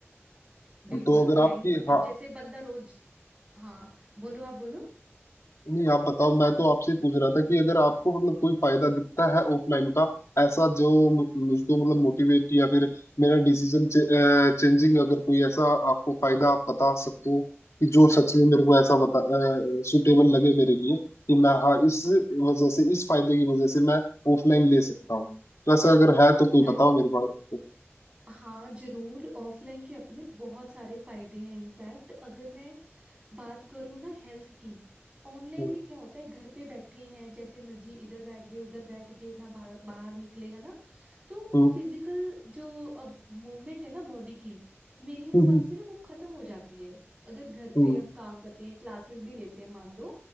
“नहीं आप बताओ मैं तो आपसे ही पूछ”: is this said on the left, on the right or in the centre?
Left